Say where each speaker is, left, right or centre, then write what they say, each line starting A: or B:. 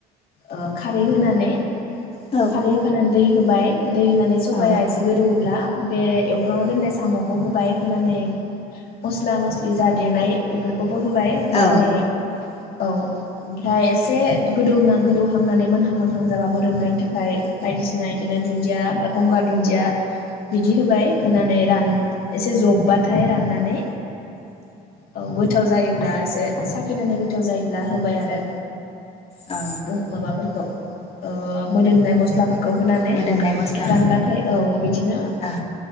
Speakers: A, on the left; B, on the left.
A: ओ खारै होनानै
B: औ
A: खारै होखांनानै दै होबाय दै होनानै सबाया
B: औ
A: एसे गोदौवोब्ला बे एवफ्रामना दोननाय सामखौ हो बाय होनानै मस्ला-मस्लि जा देनाय बेफोरखौ बो होबाय होनानै
B: औ
A: औ ओमफ्राय एसे गोदौना गोदौहांनानै मोनहां मोनहां जाबा मोदोमनायनि थाखाय बायदि सिना बिदिनो दुन्दिया बा गंगार दुन्दिया बिदि होबाय होनानै रान एसे जब्बा थाय राननानै औ गोथाव जायो। अब्ला एसे साखिनानै गोथाव जायोब्ला होबाय आ रो
B: औ
A: रंग माबाफोरखौ। ओ मोदोमनाय मस्लाफोर खौ होनानै
B: मोदोमनाय मस्ला
A: रानबाथाय औ बिदिनो
B: औ